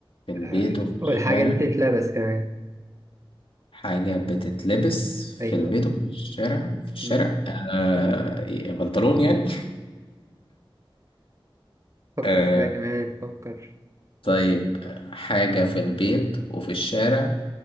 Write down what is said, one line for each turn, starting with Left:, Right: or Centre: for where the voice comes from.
Left: في البيت
Right: آه،
Left: وفي الشارع
Right: والحاجة دي بتتلبس كمان
Left: حاجة بتتلبس في
Right: أيوه
Left: البيت وفي الشارع في الشارع
Right: مم.
Left: آه إيه، بنطلون يعني
Right: فكر
Left: آه
Right: شوية كمان فكر
Left: طيب حاجة في البيت وفي الشارع